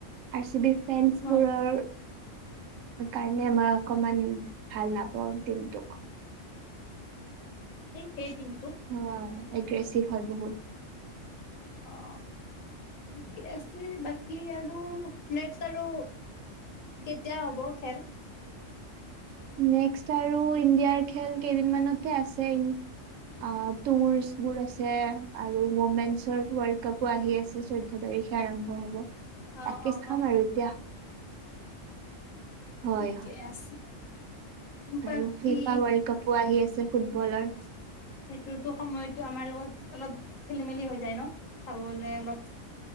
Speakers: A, on the right; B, on the left.
A: আৰ চি বি ফেন্ছবোৰৰ
B: অ
A: <unintelligible> অকমান ভাল নাপাওঁ কিন্তটো।
B: সেইদিন
A: হয় এক কেগ্ৰেভ হয় বহুত
B: অ ঠিকে আছে বাকী আৰু নেক্স আৰু কেতিয়া হ'ব খেল
A: নেকষ্ট আৰু ইণ্ডিয়াৰ খেল কেইদিন মানতে আছে অ আৰু টুৰচবো আছে অমেনছৰ ৱেলকাপ আহি আছে চধ তাৰিখে আৰম্ভ হব তাকে
B: অ অ
A: চাম
B: অ
A: আৰু এতিয়া হয়
B: ঠিকে
A: হয়
B: আছে বাকী
A: আৰু ফিফা ৱৰ্ল্ড কাপো আহি আছে ফুটবলৰ
B: সেইটোতো সময়তো আমাৰ লগত অলপ খেলি মেলি হৈ যায় ন চাবলে অলপ